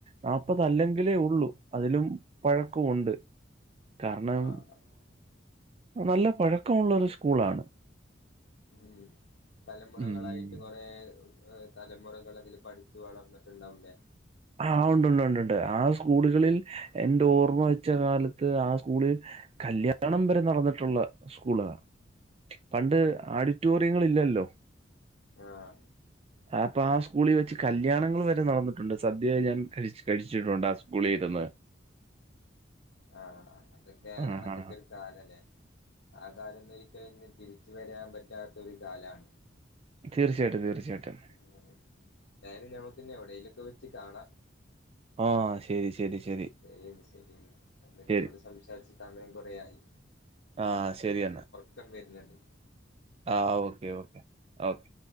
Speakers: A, on the right; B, on the left.
A: നാല്പത് അല്ലെങ്കിലേ ഉള്ളൂ അതിലും പഴക്കമുണ്ട് കാരണം
B: ആഹ്
A: ആനല്ല പഴക്കമുള്ളരു സ്കൂളാണ്
B: ഉ തലമുറകളായിട്ട്
A: മ്മ്.
B: കൊറെ തലമുറകൾ അതില് പഠിച്ചു വളർന്നിട്ടുണ്ടാകൂലെ
A: ആ ഉണ്ടു ണ്ടുണ്ട്ണ്ട് ആ സ്കൂളുകളിൽ എന്റെ ഓർമ്മ വെച്ച കാലത്ത് ആ സ്കൂളിൽ കല്യാണം വരെ നടന്നിട്ടുള്ള സ്കൂളാണ് പണ്ട് ആഡിറ്റോറിയങ്ങ ളില്ലല്ലോ
B: ആഹ്
A: അപ്പൊആ സ്കൂളിൽ വെച്ച് കല്യാണങ്ങൾ വരെ നടന്നിട്ടുണ്ട് സദ്യ ഞാൻ ക കഴിച്ചിട്ടുണ്ടാ സ്കൂളിഇരുന്ന്
B: ആഅതൊക്കെ
A: ആഹാ.
B: അതൊക്കെ ഒരു കാലല്ലേ ആ കാലന്നൊരിക്കലുംഇന്ന് തിരിച്ച് വരാൻ പറ്റാത്തൊ രു കാലാണ്
A: തീർച്ചയായിട്ടും തീർച്ചയായിട്ടും
B: അങ്ങനെ നേരല്ല ഞമ്മക്ക് പിന്നെ എ വിടെലുംക്കെ വെച്ച് കാണാം
A: ആശരി ശരി ശരി
B: ശരി ശരി അന്ന നമ്മളതിലൂടെ
A: ശരി.
B: സംസാരിച്ച സമയം കൊറയായി
A: ആശരിയെന്നാ
B: ഉറക്കം വരില്ലണ്ട്
A: ആ ഓക്കെ ഓക്കെ ഓക്കേ